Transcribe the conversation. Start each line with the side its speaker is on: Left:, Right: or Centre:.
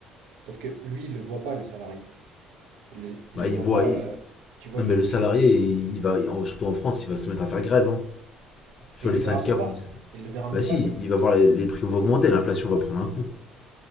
Right: Parce que lui, il le voit pas, le salarié. Il le, il
Left: Bah,
Right: le
Left: il
Right: voit
Left: voit...
Right: pas.
Left: il-
Right: euh, Tu vois,
Left: Non,
Right: tu
Left: mais le
Right: lui
Left: salarié,
Right: fais...
Left: il, il va... en- Surtout en France, il va se mettre à faire grève. Hein. Tu
Right: Mais
Left: vois,
Right: il
Left: les
Right: le
Left: syndicats
Right: verra même
Left: vont
Right: pas.
Left: dire...
Right: Il le verra même
Left: Bah si,
Right: pas parce
Left: il va voir les, les prix vont augmenter, l'inflation va prendre un coup.